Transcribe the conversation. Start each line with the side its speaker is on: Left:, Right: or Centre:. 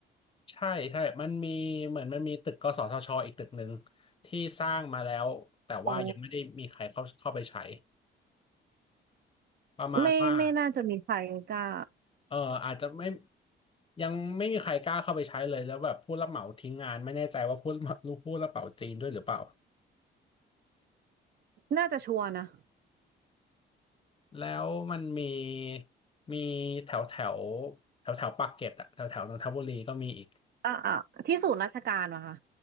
Left: ใช่ใช่มันมีเหมือนมันมีตึกกสทชอีกตึกหนึ่งที่สร้างมาแล้วแต่ว่ายังไม่ได้มีใครเข้าเข้าไปใช้
Right: อ๋อ
Left: ประมาณว่า
Right: ไม่ไม่น่าจะมีใครกล้า
Left: เอออาจจะไม่ยังไม่มีใครกล้าเข้าไปใช้เลยแล้วแบบผู้รับเหมาทิ้งงานไม่แน่ใจว่าผู้รับเหมารู้ผู้รับเหมาจีนด้วยหรือเปล่า
Right: น่าจะชัวร์นะ
Left: แล้วมันมีมีแถวแถวแถวแถวปากเกร็ดอะแถวแถวนนทบุรีก็มีอีก
Right: อ่ะอ่ะที่ศูนย์ราชการเะคะ